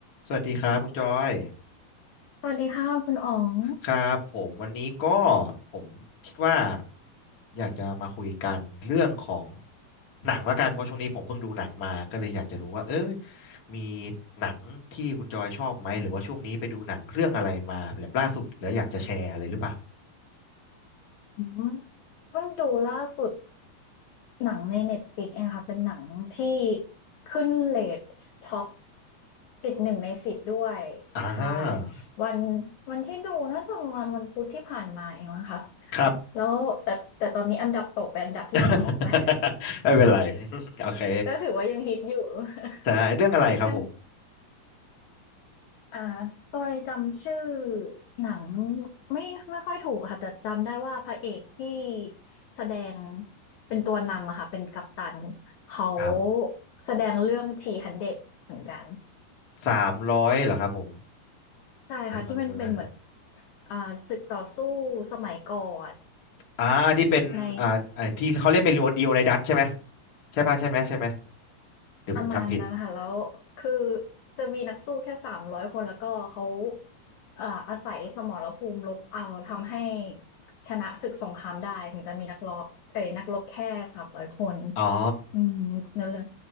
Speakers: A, on the left (about 60°); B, on the left (about 80°).
A: สวัสดีครับคุณจอย
B: สวัสดีค่ะคุณอ๋อง
A: ครับผมวันนี้ก็ผมคิดว่าผมอยากจะมาคุยกันเรื่องของหนังละกันเพราะช่วงนี้ผมเพิ่งดูหนังมาก็เลยอยากจะรู้ว่าเอ้ยมีหนังที่คุณจอยชอบไหมหรือว่าช่วงนี้ไปดูหนังเรื่องอะไรมาแบบล่าสุดแล้วอยากจะแชร์อะไรหรือเปล่า
B: อืมเพิ่งดูล่าสุดหนังในเน็ต l i ิกเองค่ะเป็นหนังที่ขึ้นเรทท็อปติดหนึ่งในสิบด้วย
A: อ่า
B: ใช่วันวันที่ดูน่าจะประมาณวันพุธที่ผ่านมาเองนะคะ
A: ครับ
B: แล้วแต่แต่ตอนนี้อันดับตกไปอันดับที่สอง
A: <laughs>
B: <laughs> แล้ว <laughs>
A: ไม่เป็นไร <laughs> โอเค
B: ก็ถือว่ายังฮิตอยู่ <laughs>
A: ใช่เรื่องอะไรครับผม
B: มัน อ่าโดยจำชื่อหนังไม่ไม่ค่อยถูกอะค่ะแต่จำได้ว่าพระเอกที่แสดงเป็นตัวนำอะค่ะเป็นกัปตันเขา
A: ครับ
B: แสดงเรื่องที300เดรดเหมือนกัน
A: สามร้อยเหรอครับผม
B: ใช่ค่ะที่มันเป็นเหมือน
A: นะแป๊บนึงนะ
B: อ่าศึกต่อสู้สมัยก่อน
A: อ่าที่เป็นอ่าอ่าที่เขาเล่นเป็นลีโอนีโอไนดัสใช่ไหม
B: ใน
A: ใช่ป่ะใช่ไหมใช่ไหมหรือผมจำผิด
B: ประมาณนั้นค่ะแล้วคือจะมีนักสู้แค่300คนแล้วก็เขาเอ่ออาศัยสมรภูมิรบเอาทำให้ชนะศึกสงครามได้ถึงจะมีนักรบเอ่ยนักรบแค่300คน
A: อ๋อ
B: อืมนั่นเลย